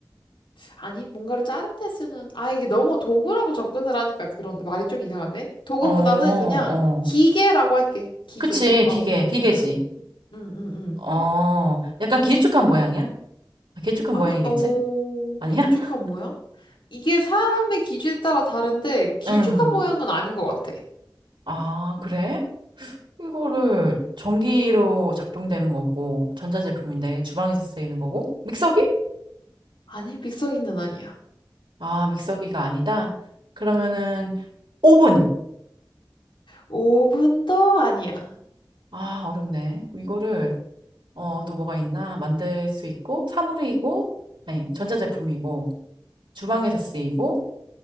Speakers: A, on the left (about 85°); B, on the right (about 80°).
A: 아니, 뭔가를 자를 때 쓰는, 아, 이게 너무 도구라고 접근을 하니까 그런 말이 좀 이상한데? 도구보다는
B: 어,
A: 그냥
B: 어.
A: 기계라고 할게. 기계.
B: 그치, 기계,
A: 어.
B: 기계지.
A: 응. 응, 응, 응.
B: 어, 약간 길쭉한 모양이야? 아, 길쭉한
A: 아니,
B: 모양이겠지?
A: 어,
B: 아니야?
A: 길쭉한
B: <laughs>
A: 모양? 이게 사람의 기준에 따라 다른데, 길쭉한
B: 응.
A: 모양은 아닌 것 같아.
B: 아, 그래? 이거를 전기로 작동되는 거고, 전자제품인데 주방에서 쓰이는 거고, 믹서기?
A: 아니, 빅서기는 아니야.
B: 아, 믹서기가 아니다? 그러면은 오븐.
A: 오븐도 아니야.
B: 아, 어렵네. 이거를 어, 또 뭐가 있나? 만들 수 있고 사물이고 아니, 전자제품이고 주방에서 쓰이고